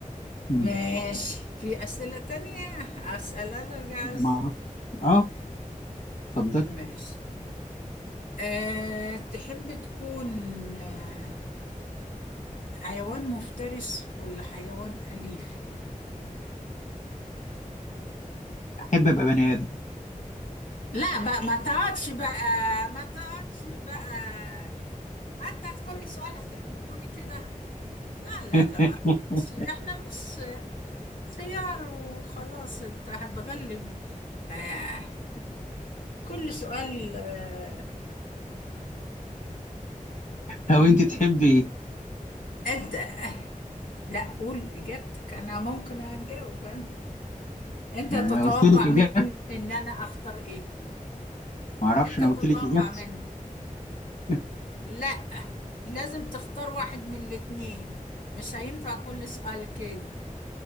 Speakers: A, on the left (about 60°); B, on the left (about 85°).
A: مم.
B: ماشي في اسئلة تانية اسألها نرجع أس-
A: ما اعرف اه اتفضل
B: ماشي أه تحب تكون آه، حيوان مفترس ولا حيوان أليف كده
A: احب ابقى بني ادم
B: لا بقى ما تقعدش بقى ما تقعدش بقى انت كل سؤال هتعمله لي كده لا لا
A: <laughs>
B: لا ما تقعدش احنا مش خيار وخلاص انت هتغلب آه كل سؤال آه
A: لو انت تحبي ايه
B: أد... آه، لا قول إجابتك أنا ممكن أجاوب أنا أنت
A: ما
B: تتوقع
A: انا قلت لك اجابتي
B: مني إن أنا أختار إيه
A: ما اعرفش
B: أنت
A: انا
B: تتوقع
A: قلت لك اجابتي
B: مني
A: <laughs>
B: لا لازم تختار واحد من الاتنين مش هينفع كل سؤال كده